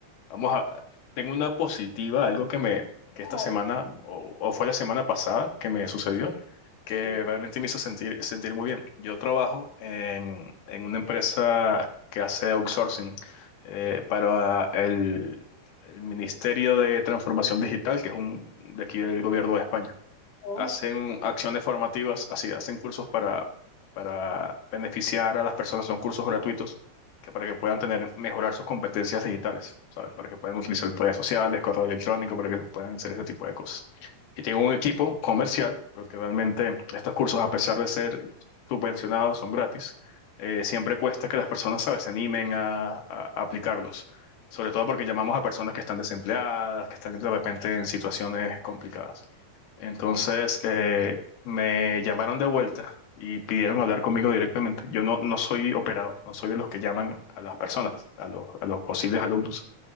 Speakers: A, on the left; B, on the left.
A: Vamos a, tengo una positiva, algo que me, que
B: Ay,
A: esta semana, o, o fue la semana pasada que me sucedió. que
B: qué
A: realmente me hizo sentir, sentir muy bien. Yo trabajo en, en una empresa que hace outsourcing eh, para el, el Ministerio de Transformación Digital, que es un de aquí del gobierno de España
B: cosa.
A: hacen acciones formativas, así, hacen cursos para, para beneficiar a las personas, son cursos gratuitos, que para que puedan tener, mejorar sus competencias digitales, ¿sabes? Para que puedan utilizar redes sociales, correo electrónico, para que puedan hacer este tipo de cosas. Y tengo un equipo comercial, porque realmente estos cursos, a pesar de ser subvencionados, son gratis. eh, siempre cuesta que las personas, ¿sabes?, se animen a, a- a aplicarlos. Sobre todo porque llamamos a personas que están desempleadas, que están de repente en situaciones complicadas. Entonces eh, me llamaron de vuelta y pidieron hablar conmigo directamente. Yo no, no soy operador, no soy de los que llaman a las personas, a los, a los posibles alumnos,